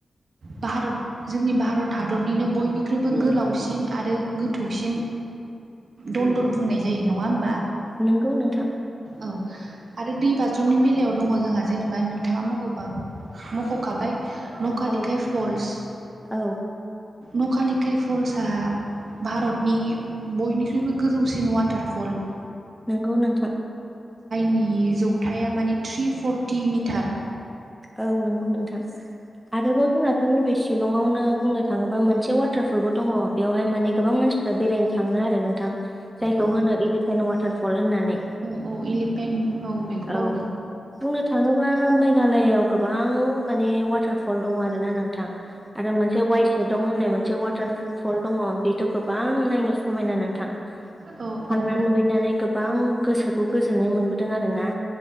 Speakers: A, on the right; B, in the centre.
A: भारत जोंनि भारत हादरनिनो बयनिख्रुइबो गोलावसिन आरो गोथौसिन दन्दर बुंनाय जायो नङा ओमबा
B: नंगौ नोंथां
A: औ आरो दै बाज्रुमनि बेलायाव दङ जोंहा जेनेबा नोंथाङा मख' मख'खाबाय नकालिकाय
B: औ
A: फल्स
B: औ
A: नकालिकाय फल्स आ भारतनि बयनिख्रुइबो गोजौसिन वाटारफल
B: नंगौ नोंथां
A: नि जौथाया माने थ्रि फर्टि मिटार
B: औ नंगौ नोंथां आरोबाव जोंनाथ' नैबे शिलंआवनो बुंनो थाङोबा मो नसे वाटारफलबो दङ बेवहाय माने गोबां मानसिफोरा बेरायनो थाङो आरो नोंथां जायखौ
A: औ
B: होनो इलिफेन वाटारफल होननानै
A: औ औ इलिफेन्ट बेखौ बावदों
B: औ बुंनो थाङोबा मै मेघालयाव गोबां माने वाटार फल दङ आरोना नोंथां आरो मोनसे वाइसेदं होननाय मोनसे वाटार फल दङ बेथ' गोबां नायनो समायना नोंथां थांनानै
A: औ औ
B: नुहैनानै गोबां गोसोखौ गोजोननाय मोनबोदों आरो ना।